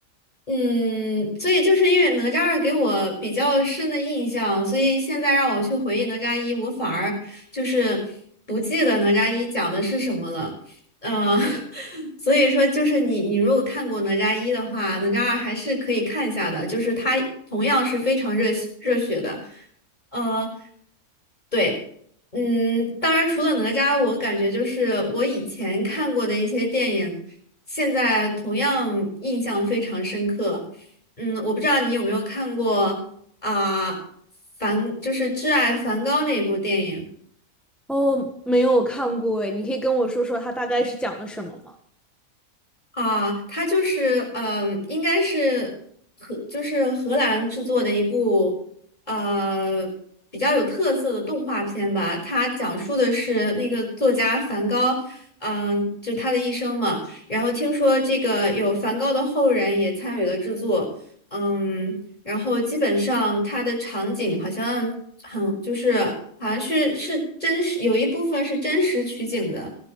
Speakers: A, on the left (about 30°); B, in the centre.
A: 嗯，所以就是因为《哪吒二》给我比较深的印象，所以现在让我去回忆《哪吒一》，我反而就是不记得《哪吒一》讲的是什么了。嗯，<laughs> 所以说就是你，你如果看过《哪吒一》的话，《哪吒二》还是可以看一下的，就是它同样是非常热血热血的。呃，对，嗯，当然除了哪吒，我感觉就是我以前看过的一些电影，现在同样印象非常深刻。嗯，我不知道你有没有看过啊，梵就是《挚爱梵高》那部电影。
B: 哦，没有看过诶，你可以跟我说说它大概是讲了什么吗？
A: 啊，它就是嗯、呃应该是荷，就是荷兰制作的一部呃比较有特色的动画片吧。它讲述的是那个作家梵高，嗯、就他的一生嘛。然后听说这个有梵高的后人也参与了制作，嗯，然后基本上它的场景好像很就是好像是是真实，有一部分是真实取景的。